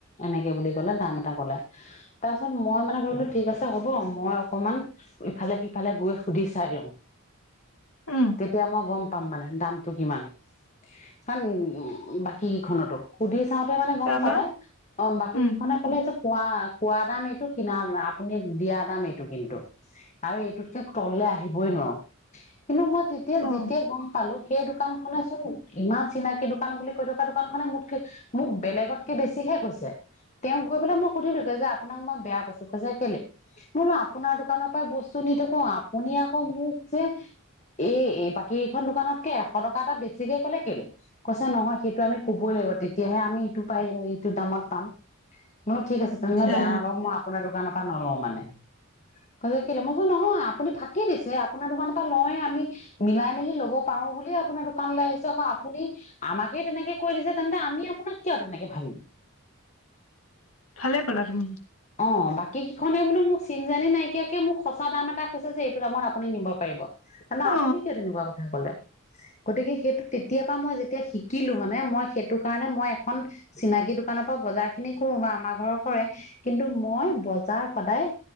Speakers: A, on the left; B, on the left.
A: এনেকে বুলি কলে দাম এটা কলে তাৰপিছত মই মানে ভাবিলো ঠিক আছে হ'ব মই অকমান ইফালে সিফালে গৈ সুধি চাই লওঁ।
B: উম,
A: তেতিয়া মই গম পাম মানে দাম টো কিমান? কাৰণ উ বাকীখনতো সুধি চাওঁ। চবেমানে গম
B: তাৰপা
A: পালে অ বাকি
B: উম,
A: কেইখনে কলে যে কোৱা কোৱা দাম এইটো কিনা <unintelligible> আপুনি দিয়া দাম এইটো কিন্তু আৰু এইটোতকে তললে আহিবই নোৱাৰো। কিন্তু মই তেতিয়া
B: অ',
A: যেতিয়াই গম পালো এই দোকানখনে চোন ইমান চিনাকি দোকান বুলি কৈ থকা দোকান খনে মোতকে মোক বেলেগতকে বেছিহে কৈছে। তেওঁক গৈ পেলাই মই সুধিলোগে যে আপোনাক মই বেয়া পাইছো। কৈছে কেলে, বোলো আপোনাৰ দোকানৰ পাই বস্তু নি থাকো আপুনি আকৌ মোক যে এই এই বাকীখন দোকানতকে এশ টকা এটা বেছিকে কলে কেলে? কৈছে নহয় সেই তো আমি ক'বই লাগিব তেতিয়াহে আমি ইটো পাই <unintelligible> এইটো দামত পাম। বোলো ঠিক আছে তুমিও
B: যা
A: বেয়া নাপাব মই আপোনাৰ দোকানত নলও মানে। কৈছে কেলে মই কৈছোঁ নহয় আপুনি ফাকি দিছে আপোনাৰ দোকানৰ পৰা লওঁয়ে আমি মিলাই মেলি লব পাৰো বুলিয়ে আপোনাৰ দোকানলৈ আহিছো আকৌ আপুনি আমাকে তেনেকে কৈ দিছে তেন্তে আমি আপোনাক কিয় তেনেকে ভাবিম।
B: ভালে পালা তুমি।
A: অ বাকী কেইখনে বোলো মোক চিনজানি নাইকিয়াকে মোক সঁচা দাম এটা কৈছে যে এইটো দামত আপুনি নিব পাৰিব। না
B: অ',
A: আপুনি কিয় তেনেকুৱা কথা কলে? গতিকে সেইটো তেতিয় পৰা মই যেতিয়া শিকিলো মানে মই সেইটো কাৰণে মই এখন চিনাকি দোকানৰ পৰা বজাৰ খিনি কৰো বা আমাৰ ঘৰৰ কৰে। কিন্তু মই বজাৰ সদায়